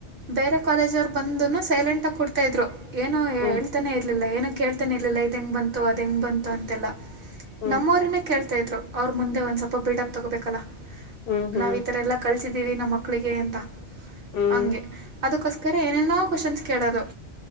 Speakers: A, on the right; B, on the left.
A: ಬೇರೆ ಕಾಲೇಜ್ ಅವರ್ ಬಂದನು ಸೈಲೆಂಟ್ ಆಗಿ ಕೊಡ್ತಾ ಇದ್ರು ಏನೋ ಹೇಳ್ತಾನೇ
B: ಹ್ಮ್
A: ಇರಲಿಲ್ಲ ಏನೂ ಕೇಳ್ತಾನೇ ಇರಲಿಲ್ಲ ಇದು ಹೆಂಗೆ ಬಂತು ಅದು ಹೆಂಗೆ ಬಂತು ಅಂತೆಲ್ಲ
B: ಹ್ಮ್
A: ನಮ್ಮವರನ್ನೇ ಕೇಳ್ತಾ ಇದ್ರು ಅವ್ರ್ ಮುಂದೆ ಒಂದ್ ಸ್ವಲ್ಪ ಬಿಡಪ್ ತಗೋಬೇಕಲ್ಲ
B: ಹ್ಮ್ ಹ್ಮ್
A: ನಾವ್ ಈತರ ಎಲ್ಲ ಕಲ್ಸಿದೀವಿ ನಮ್ಮ ಮಕ್ಕಳಿಗೆ ಅಂತ
B: ಹ್ಮ್
A: ಹಂಗೆ ಅದಕ್ಕೋಸ್ಕರ ಏನೇನೋ ಕ್ವಶನ್ಸ್ ಕೇಳೋದು